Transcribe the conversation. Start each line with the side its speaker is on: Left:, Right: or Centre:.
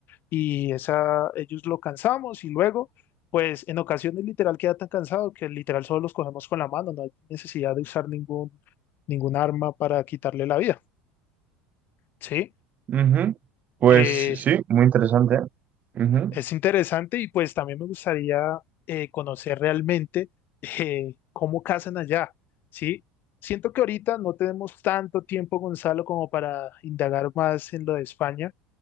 Left: Y esa, ellos lo cansamos y luego, pues en ocasiones literal queda tan cansado que literal solo los cogemos con la mano, no hay necesidad de usar ningún, ningún arma para quitarle la vida. Sí,
Right: Ujú. Pues
Left: eh,
Right: sí, muy interesante. Ujú,
Left: Es interesante y pues también me gustaría eh, conocer realmente eh, cómo cazan allá, ¿sí? Siento que ahorita no tenemos tanto tiempo, Gonzalo, como para indagar más en lo de España,